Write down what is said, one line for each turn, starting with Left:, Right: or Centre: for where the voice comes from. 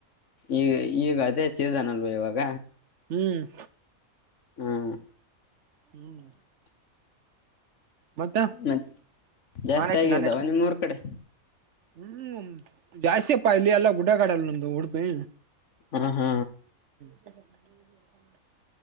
Left: ಈ ಈಗ ಅದೇ ಸೀಸನ್ ಅಲ್ವಾ ಇವಾಗ
Right: ಹ್ಮ್
Left: ಹ್ಮ್
Right: ಹ್ಮ್ ಮತ್ತೆ
Left: ಮತ್ತ ಜಾಸ್ತಿ
Right: ನಾನ್ ಹೆಚ್ಚು
Left: ಆಗದ
Right: ನಾನ್ ಹೆಚ್ಚು
Left: ಒಂದು ಮೂರು ಕಡೆ.
Right: ಹ್ಮ್ ಜಾಸ್ತಿಯಪ್ಪಾ ಇಲ್ಲಿ ಎಲ್ಲಾ ಗುಡಗಾಡಲ್ ನಮ್ದು ಉಡುಪಿ.
Left: ಹ ಹಾ
Right: ಬ